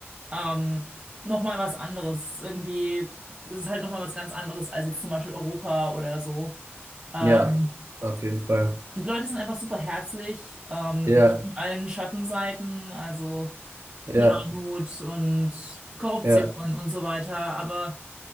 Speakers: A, on the right; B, on the right.
A: ähm, noch mal was anderes. Irgendwie ist es halt nochmal was ganz anderes als jetzt zum Beispiel Europa oder so. Ähm,
B: ja, auf jeden Fall.
A: und die Leute sind einfach super herzlich, ähm,
B: Ja,
A: natürlich mit allen Schattenseiten, also
B: ja,
A: die Armut und Korruption
B: ja.
A: und so weiter. Aber